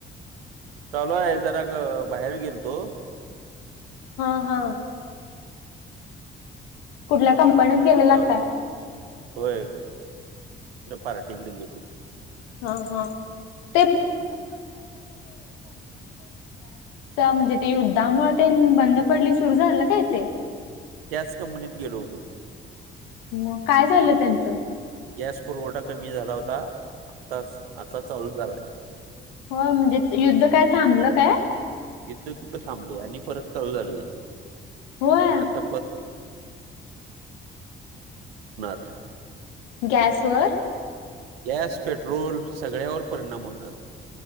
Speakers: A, on the right; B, on the left.
A: चालू आहे जरास बाहेर गेल तो.
B: हा हा. कुठल्या कंपनीत
A: का-
B: गेलेलास
A: चालेल
B: काय?
A: होय त्या पार्टीकडे गेलो.
B: <unintelligible> तर म्हणजे ते युद्धामुळे ते बंद पडली सुरु झालं काय ते?
A: त्याच कंपनीत गेलो होतो.
B: मग काय झालं त्यांचं?
A: गॅस पुरवठा कमी झाला होता आता आता चालू झालाय.
B: हो म्हणजे युद्ध काय थांबलं काय?
A: युद्ध कुठ थांबले आणि परत चालू झालय
B: होय
A: आता. <unintelligible>
B: गॅस वर.
A: गॅस, पेट्रोल सगळ्यावर परिणाम होणार.